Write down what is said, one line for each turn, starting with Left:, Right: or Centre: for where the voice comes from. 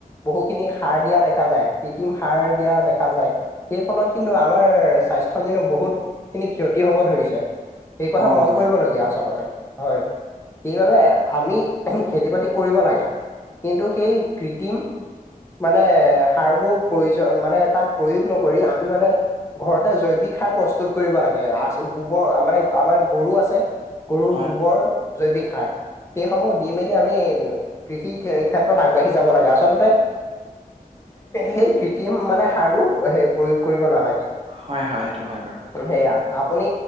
Left: বহু খিনি সাৰ দিয়া দেখা যায় কৃত্ৰিম সাৰ দিয়া দেখা যায় সেই ফলত কিন্তু আমাৰ স্বাস্থ্য কিন্তু বহুত খিনি ক্ষতি হব ধৰিছে এই কথা
Right: অ
Left: মন
Right: হয়
Left: কৰিবলগীয়া আচলতে হয় সেই বাবে আমি খেতি বাতি কৰিব লাগে কিন্তু সেই কৃত্ৰিম মানে সাৰবোৰ প্ৰয়োজ মানে তাত প্ৰয়োগ নকৰি আমি মানে ঘৰতে জৈৱিক সাৰ প্ৰস্তুত কৰিব লাগে আ ছ গোবৰ মানে আমাৰ গৰু আছে ছে গৰুৰ
Right: হয়
Left: গোবৰ জৈৱিক সাৰ সেইসমূহ দি মেলি আমি কৃষি খে ক্ষেত্ৰত আগবাঢ়ি যাব লাগে আচলতে সেই কৃত্ৰিম মানে সাৰবোৰ হে প্ৰয়োগ কৰিব নালাগে গে
Right: হয় হয় সেইটো হয় বাৰু
Left: উম সেয়া আপুনি